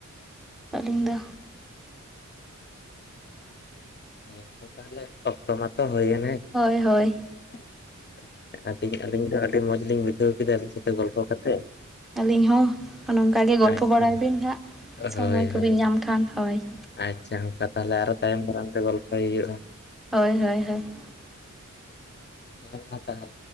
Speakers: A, in the centre; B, on the left.
A: ᱟᱹᱞᱤᱧ ᱫᱚ᱾
B: ᱦᱮᱸ ᱛᱚ ᱛᱟᱦᱞᱮ ᱚᱠᱛᱚ ᱢᱟᱛᱚ ᱦᱳᱭᱮᱱᱮ᱾
A: ᱦᱳᱭ ᱦᱳᱭ
B: <unintelligible> ᱟᱹᱞᱤᱧ ᱫᱚ ᱟᱹᱰᱤ ᱢᱚᱡᱽ ᱞᱤᱧ ᱵᱩᱡᱷᱟᱹᱣ ᱠᱮᱫᱟ ᱾ ᱛᱚ ᱜᱚᱞᱯᱷᱚ ᱠᱟᱛᱮ ᱾
A: ᱟᱹᱞᱤᱧ ᱦᱚᱸ ᱱᱚᱝᱠᱟᱜ ᱜᱮ ᱜᱚᱞᱯᱚ
B: ᱟᱪᱪᱷᱟ
A: ᱵᱟᱲᱟᱭ ᱵᱤᱱ ᱦᱟᱸᱜ
B: ᱦᱳᱭ
A: ᱥᱚᱢᱚᱭ ᱠᱚᱵᱤᱱ
B: ᱦᱳᱭ
A: ᱧᱟᱢ ᱠᱷᱟᱱ ᱦᱳᱭ ᱾
B: ᱟᱪᱪᱷᱟ ᱚᱱᱠᱟ ᱛᱟᱦᱞᱮ ᱟᱨᱚ ᱛᱟᱭᱚᱢ ᱫᱟᱨᱟᱢ ᱛᱮ ᱜᱚᱞᱯᱷᱚᱭ ᱦᱩᱭᱩᱜᱼᱟ ᱾
A: ᱦᱳᱭ ᱦᱳᱭ ᱦᱳᱭ ᱾
B: ᱦᱮ ᱢᱟ ᱛᱟᱦᱚᱞᱮ ᱾